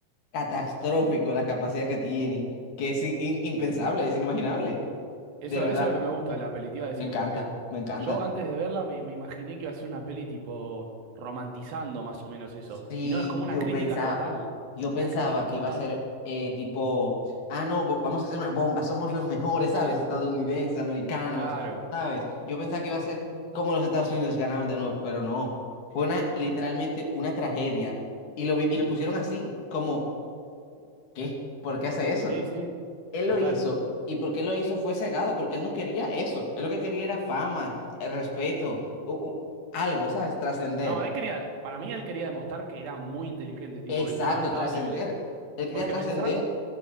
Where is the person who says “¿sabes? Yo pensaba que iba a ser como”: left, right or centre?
Left